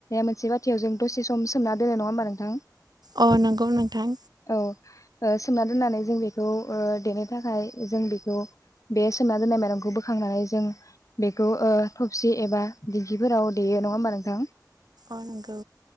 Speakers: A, on the left (about 45°); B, on the right (about 65°).
A: मोनसे बाथियाव जों दसे समोमना दोन नङा होमबा नोंथां।
B: अ नंगौ नोंथां।
A: औ ओ सोमना दोननानै जों बेखौ ओ देनो थाखाय जों बेखौ बे सोमना दोननाय मायरंखौ बोखांनानै जों बेखौ ओ थबसि एबा दिंखिफोराव देयो नङा होमबा नोंथां।
B: अ नंगो